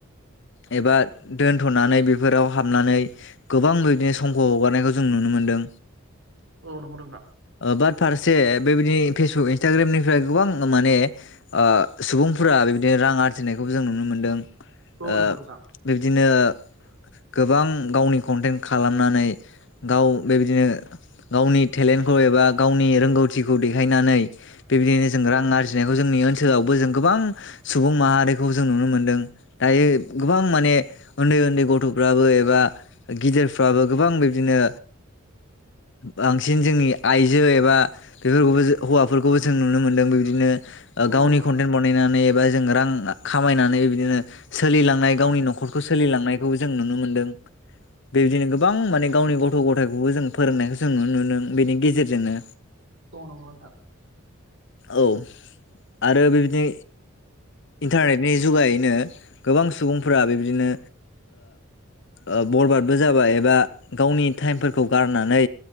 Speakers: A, on the left; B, on the right.
A: एबा दोनथ'नानै बेफोराव हाबनानै गोबां बिदिनो समखौ हगारनायखौ जों नुनो मोनदों।
B: औ नंगौ नोंथां
A: आबाद फारसे बेबायदि फेसबुक इन्सटाग्रामनिफ्राय गोबां माने ओ सुबुंफोरा बेदिनो रां आरजिनायखौ जों नुनो मोनदों।
B: औ
A: ओ
B: नंगौ नोंथां
A: बिब्दिनो गोबां गावनि कन्टेन्ट खालामनानै गाव बेबायदिनो गावनि टेलेन्टखौ एबा गावनि रोंगौथिखौ देखायनानै बेबायदिनो जों रां
B: औ
A: आरजिनाय जोंनि ओनसोलावबो जों गोबां सुबुं माहारिखौ जों नुनो मोनदों। दायो गोबां माने उन्दै उन्दै गथ'फ्राबो एबा गिदिरफ्राबो गोबां बिब्दिनो बांसिन जोंनि आइजो एबा बेफोरखौबो हौवाफोरखौबो जों नुनो मोनदों बिब्दिनो। गावनि
B: औ नंगौ नोंथां
A: कन्टेन्ट बनायनानै एबा जोङो रां खामायनानै बिदिनो सोलिलांनाय गावनि न'खरखौ सोलिलांनायखौ जों नुनो मोनदों बेबायदिनो गोबां माने गावनि गथ' गथायखौबो जों फोरोंनायखौ जों नुनो मोनदों बेनि गेजेरजोंनो।
B: औ नंगौ नोंथां।
A: औ आरो बेबादि इन्टारनेट बे जुगायैनो गोबां सुबुंफोरा बिबदिनो ओं बरबादबो जाबाय एबा गावनि टाइमफोरखौ गारनानै